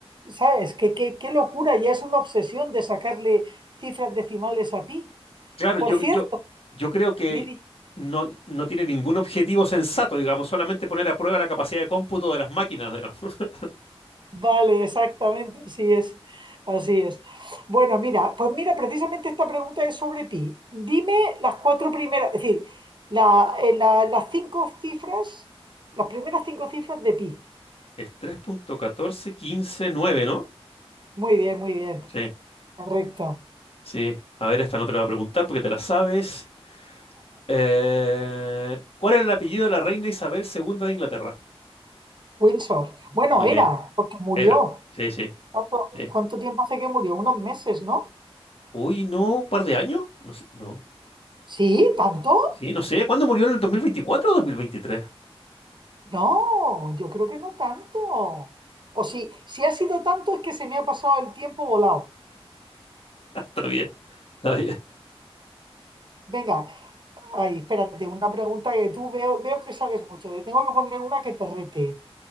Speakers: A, on the right (about 50°); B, on the left (about 65°).
A: ¿Sabes? ¿Qué, qué, qué locura? Ya es una obsesión de sacarle cifras decimales a pi.
B: Claro,
A: Por
B: yo,
A: cierto,
B: yo, yo creo que
A: Lidia,
B: no, no tiene ningún objetivo sensato, digamos, solamente poner a prueba la capacidad de cómputo de las máquinas, digamos. <laughs>
A: Vale, exactamente, así es, así es. Bueno, mira, pues mira, precisamente esta pregunta es sobre pi. Dime las cuatro primeras, es decir, la- eh, la- las cinco cifras, las primeras cinco cifras de pi.
B: Es tres punto catorce quince nueve, ¿no?
A: Muy bien, muy bien,
B: Sí,
A: correcto.
B: sí. A ver, esta no te la voy a preguntar porque te la sabes. Eh, ¿cuál era el apellido de la reina Isabel segunda de Inglaterra?
A: Windsor. Bueno,
B: Muy
A: era,
B: bien,
A: porque murió.
B: era. Sí, sí.
A: ¿Cuánto,
B: Sí.
A: cuánto tiempo hace que murió? Unos meses, ¿no?
B: Uy, no, un par de años. No sé, no.
A: Sí, ¿tanto?
B: Sí, no sé. ¿Cuándo murió en el 2024 o 2023? <laughs>
A: No, yo creo que no tanto. O si, si ha sido tanto es que se me ha pasado el tiempo volado.
B: Está bien, está bien.
A: Venga, Ay, espérate, una pregunta que tú veo, veo que sabes mucho. Te tengo que poner una que te rete.